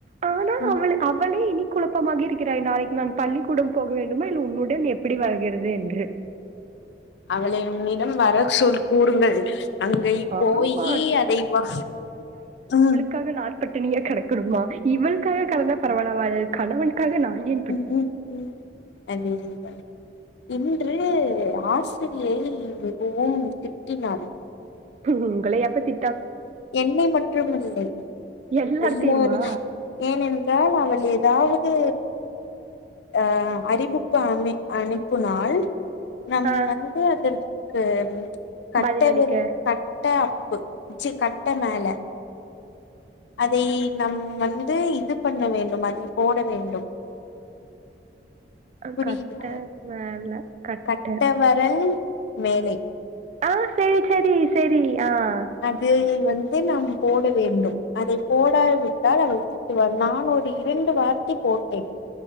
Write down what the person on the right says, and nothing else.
ஆனா
அவளு அவளே இனி குழப்பமாக இருக்கிறாய் நாளைக்கு நான் பள்ளிக்கூடம் போக வேண்டுமா இல்ல உன்னுடன் எப் எப்டி வாழ்கிறது என்று
ஆமா
க நாள்பட்டிணியாக கடக்கணுமா இவளுக்காக கடந்தா பரவால அவள் கணவன் கடன்னா என்
உ உங்களை எப்பத்தி
எல்லார்த்தையுமா
ஆ
பதிலளிக்க
அ
கட்ட மேல கட்ட
ஆ செரி செரி செரி ஆஹ்